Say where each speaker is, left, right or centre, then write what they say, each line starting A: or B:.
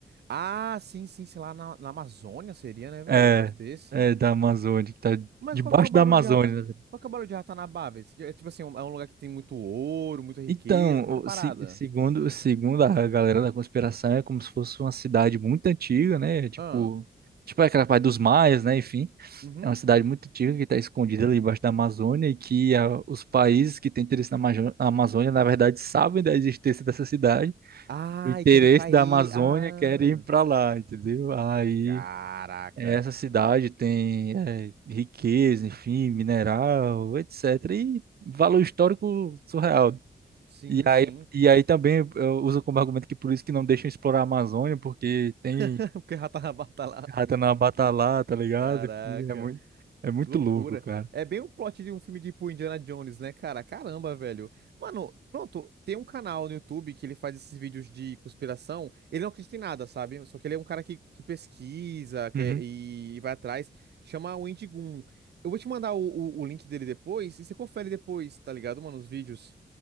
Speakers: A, on the right; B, on the right.
A: Ah, sim, sim, sei lá, na, na Amazônia seria, né, velho?
B: É,
A: Um negócio desse.
B: é da Amazônia, que tá
A: Mas
B: debaixo
A: qual que é o barulho
B: da Amazônia.
A: de rata.
B: né?
A: Qual que é o barulho de Ratanabá, velho? É tipo assim, um- é um lugar que tem muito ouro, muita riqueza,
B: Então,
A: qualquer parada.
B: o- se- segundo, segundo a galera da conspiração, é como se fosse uma cidade muito antiga, né? Tipo,
A: Ah.
B: tipo aquela parte dos maias, né? Enfim.
A: Uhum.
B: É uma cidade muito antiga que está escondida ali embaixo da Amazônia e que ah, os países que têm interesse na Amazo- na Amazônia, na verdade, sabem da existência dessa cidade.
A: Ai,
B: O interesse
A: querem pra
B: da
A: ir.
B: Amazônia
A: Ah,
B: quer ir para lá, entendeu? Aí
A: caraca.
B: eh, essa cidade tem eh, riqueza, enfim, mineral, etc. E valor histórico surreal.
A: Sim,
B: E aí,
A: sim.
B: e aí também eu uso como argumento que por isso que não deixam explorar a Amazônia, porque tem
A: <laughs> Porque o Ratanabá tá lá.
B: Ratanabata lá, tá ligado?
A: Caraca,
B: Enfim, é muito, é muito
A: que loucura.
B: louco, cara.
A: É bem o plot de um filme tipo Indiana Jones, né, cara? Caramba, velho. Mano, pronto, tem um canal no YouTube que ele faz esses vídeos de conspiração. Ele não acredita em nada, sabe? Só que ele é um cara que, que pesquisa que-
B: Uhum.
A: é, e, vai atrás. Chama o Indigun. Eu vou te mandar o, o o link dele depois e você confere depois, tá ligado, mano? Os vídeos.